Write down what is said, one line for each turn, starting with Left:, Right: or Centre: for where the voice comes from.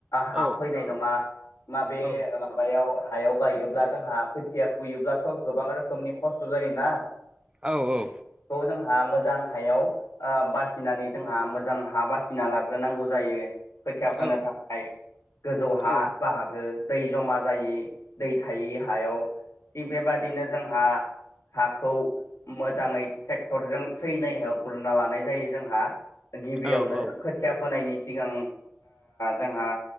Left: हा
Right: औ
Left: फैनाय नङा, माबे
Right: औ
Left: माबायाव हायाव गायोब्ला जोंहा खोथिया फुयोब्लाथ' गोबां रोखोमनि खस्थ' जायोना।
Right: औ औ।
Left: खौ जोंहा मोजां हायाव बासिनानै जोंहा मोजां हा बासिना लाग्रोनांगौ जायो खोथिया फोनो
Right: औ
Left: थाखाय। गोजौ हा
Right: औ
Left: बाहागो दै जमा जायि, दै थायि हायाव। थिग बेबायदिनो जोंहा हाखौ मोजाङै ट्रेक्टरजों सैनाय गुरना लानाय जायो। जोंहा गिबियावनो
Right: औ औ
Left: खोथिया फोनायनि सिगां जोंहा